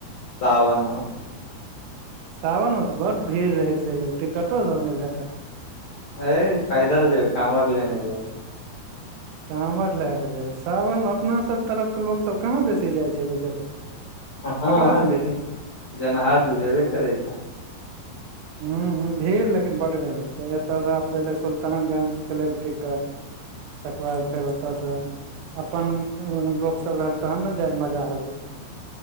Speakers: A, on the left; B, on the right.
A: शावन मे
B: सावनमे तऽ बड भीड़ रहैत छै यौ टिकटो सभ नय भेटत
A: अ पैदल जेबै कामर लेने जेबै
B: काँवर लए कऽ जेबै सावन मे अपना सभ तरफ के लोक सभ कहाँ बेसी जाइ छै जे जेबै
A: हँ
B: ककरा संगे
A: लेकिन जन्हार तऽ जेबे करै छ
B: ह ह भीड़ लेकिन बहुत रहै छै एतय सँ आब पहिले सुल्तानगंज के लेल टिकट <inaudible> तकर बाद फेर ओतय से अपन लोक सब रहल तहन ने जाय मे मजा आबे छै